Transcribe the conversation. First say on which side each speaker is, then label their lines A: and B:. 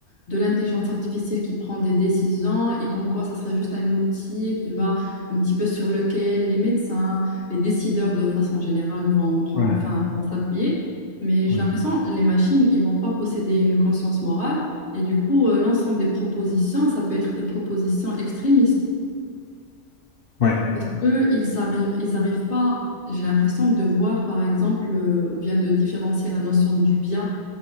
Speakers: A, on the left (about 70°); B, on the left (about 50°).
A: de l'intelligence artificielle qui prend des décisions et comme quoi ça sera juste un outil qui va un petit peu sur lequel les médecins, les décideurs de façon générale vont prendre,
B: Ouais,
A: enfin, vont s'appuyer. Mais j'ai
B: ouais,
A: l'impression les machines, ils vont pas posséder une conscience morale et du coup, euh, l'ensemble des propositions, ça peut être des propositions extrémistes.
B: ouais.
A: Parce qu'eux, ils n'arrivent ils arrivent pas, j'ai l'impression, de voir, par exemple, euh, ou bien de différencier la notion du bien